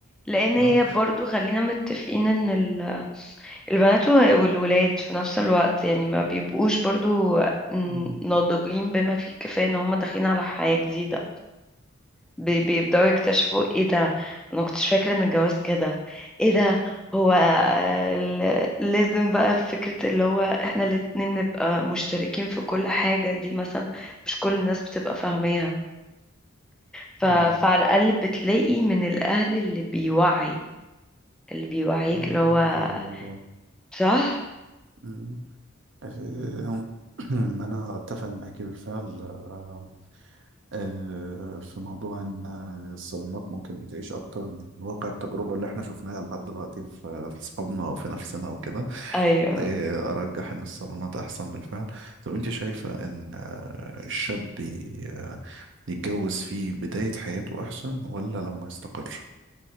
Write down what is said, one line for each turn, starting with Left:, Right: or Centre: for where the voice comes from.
Centre: لان هي
Right: اه
Centre: برضو خلينا متفقين ان ال- البنات والولاد في نفس الوقت يعني ما بيبقوش برضو
Right: مم.
Centre: ناضجين بما فيه الكفاية ان هم داخلين على حياة جديدة بي- بيبدأوا يكتشفوا ايه ده انا كنتش فاكرة ان الجواز كده ايه ده هو ال- لازم بقى فكرة اللي هو احنا الاتنين نبقى مشتركين في كل حاجة دي مثلا مش كل الناس بتبقى فاهماها ف...
Right: مم.
Centre: فعلى الأقل بتلاقي من الأهل اللي بيوعي اللي بيوعيك
Right: ايوه
Centre: اللي هو
Right: معاكي في الموضوع طبعا
Centre: صح
Right: مم. آه، <clears throat> انا اتفق معاكي بالفعل آه، آه، في موضوع ان آه، الصالونات ممكن بتعيش اكتر من واقع التجربه اللي احنا شفناها لحد دلوقتي في في اصحابنا وفي نفسنا وكده
Centre: ايوه
Right: آه، ارجح ان الصالونات احسن بالفعل طب انت شايفه ان الشاب ي- يتجوز في بداية حياته أحسن ولا لما يستقر؟